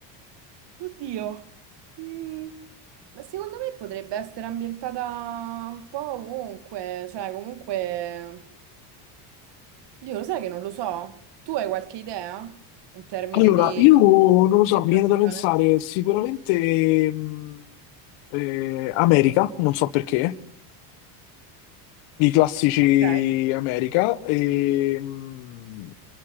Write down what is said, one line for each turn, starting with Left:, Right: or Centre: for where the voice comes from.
Right: Oddio. Mm, ma secondo me potrebbe essere ambientata un po' ovunque, cioè comunque... Dio, lo sai che non lo so. Tu hai qualche idea in termini
Left: Allora,
Right: di
Left: io non lo so,
Right: ambientazione?
Left: mi viene da pensare sicuramente mh, eh, America, non so perché, i classici
Right: Ok.
Left: America, e, mh,